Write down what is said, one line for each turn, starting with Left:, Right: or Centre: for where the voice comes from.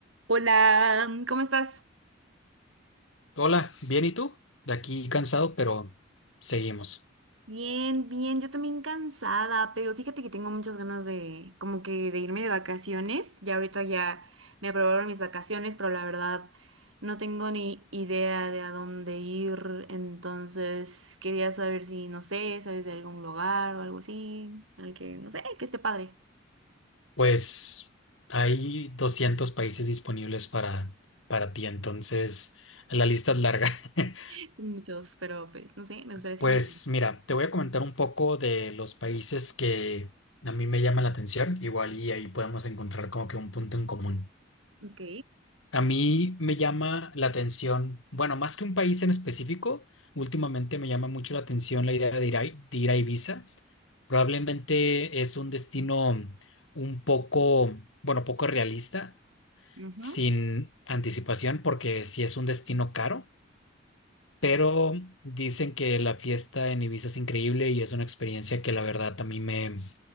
Right: Hola, ¿cómo estás?
Left: Hola, bien, ¿y tú? De aquí cansado, pero seguimos.
Right: Bien, bien, yo también cansada, pero fíjate que tengo muchas ganas de como que de irme de vacaciones. Ya ahorita ya me aprobaron mis vacaciones, pero la verdad no tengo ni idea de a dónde ir, entonces quería saber si, no sé, sabes de algún lugar o algo así, al que, no sé, que esté padre.
Left: Pues hay doscientos países disponibles para, para ti, entonces la lista es larga. <laughs>
Right: <laughs> Son muchos, pero pues, no sé, me gustaría así
Left: Pues
Right: como que...
Left: mira, te voy a comentar un poco de los países que a mí me llaman la atención, igual y ahí podemos encontrar como que un punto en común.
Right: Ok.
Left: A mí me llama la atención, bueno, más que un país en específico, últimamente me llama mucho la atención la idea de ir a, de ir a Ibiza. Probablemente es un destino un poco, bueno, poco realista,
Right: Ujú,
Left: sin anticipación, porque sí es un destino caro, pero dicen que la fiesta en Ibiza es increíble y es una experiencia que la verdad a mí me,